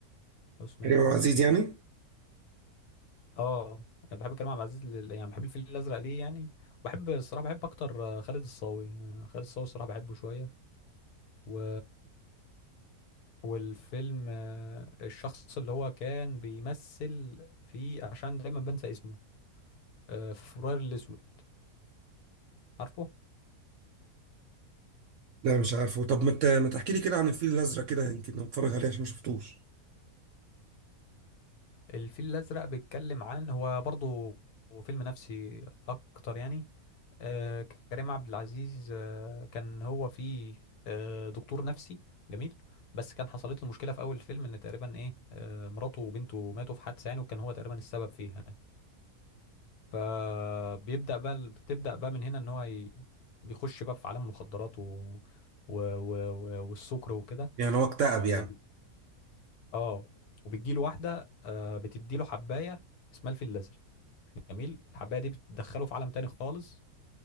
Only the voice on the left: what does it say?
لو سمعته
يعني
اه انا بحب كريم عبد العزيز لل... يعني بحب الفيل الازرق ليه يعني بحب الصراحه بحب اكتر آه، خالد الصاوي آه، خالد الصاوي الصراحه بحبه شويه و والفيلم آه، الشخص اللي هو كان بيمثل فيه عشان دايما بنسى اسمه آه، في فبراير الاسود عارفه
الفيل الأزرق بيتكلم عن هو برضو فيلم نفسي أكتر يعني آه، كريم عبد العزيز آه، كان هو فيه آه، دكتور نفسي جميل بس كان حصلت له مشكلة في أول الفيلم إن تقريبا إيه آه، مراته وبنته ماتوا في حادثة يعني وكان هو تقريبا السبب فيها يعني فبيبدأ بقى بتبدأ بقى من هنا إن هو ي- بيخش بقى في عالم مخدرات و... و... و... و... والسكر وكده
و...
اه وبتجيله واحدة آه، بتديله حباية اسمها الفيل الأزرق جميل الحبايه دي بتدخله في عالم تاني خالص